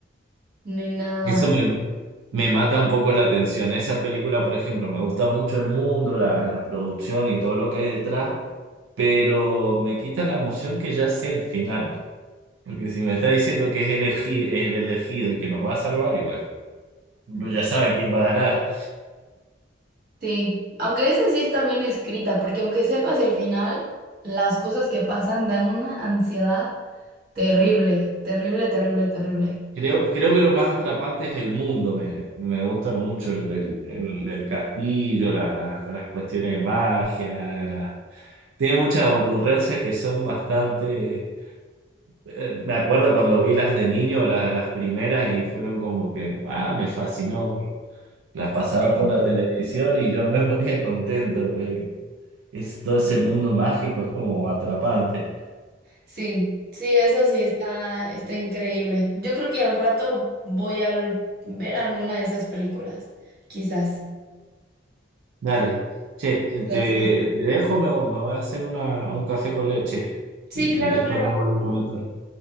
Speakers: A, on the right; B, on the right.
A: ni nada.
B: Eso me, me mata un poco la atención. Esa película, por ejemplo, me gusta mucho el mundo, la, la producción y todo lo que hay detrás, pero me quita la emoción que ya sé el final. Porque si me está diciendo que es elegi- es el elegido y que nos va a salvar, igual, uno ya sabe quién va a ganar.
A: Sí, aunque esa sí está bien escrita, porque aunque sepas el final, las cosas que pasan dan una ansiedad terrible, terrible, terrible, terrible.
B: Creo, creo que lo más atrapante es el mundo. Me, me gusta mucho el, el, el- el castillo, la- las cuestiones de magia. la- Tiene muchas ocurrencias que son bastante eh, me acuerdo cuando vi las de niño, la- las primeras, y fueron como que, ah, me fascinó. Las pasaban
A: Sí.
B: por la televisión y yo <laughs> me ponía contento. eh. Es, todo ese mundo mágico es como atrapante.
A: Sí, sí, eso sí está, está increíble. Yo creo que al rato voy a ver alguna de esas películas, quizás.
B: Dale, che, te,
A: Entonces,
B: te dejo, me, me voy a hacer una, un café con leche
A: sí,
B: y
A: claro,
B: después
A: claro,
B: me vuelvo a conectar.